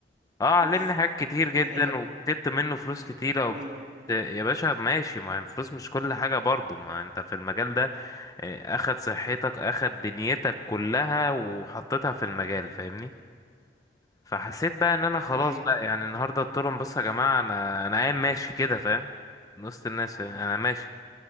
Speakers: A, on the left; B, on the right.
A: اه علمني
B: اوف
A: حاجات كتير جدا
B: دي حقيقه
A: وكتبت منه فلوس كتيره وبت...
B: ايوه ايوه
A: يا باشا ماشي ما هي الفلوس مش كل حاجه برضو ما انت في المجال ده يعني اخد صحتك اخد دنيتك كلها وحطيتها في المجال فاهمني فحسيت بقى ان انا خلاص
B: دي حقيقه
A: بقى يعني النهارده
B: امم
A: قلت لهم بصوا يا جماعه انا انا قايم ماشي كده فاهم من وسط الناس فاهم؟ انا ماشي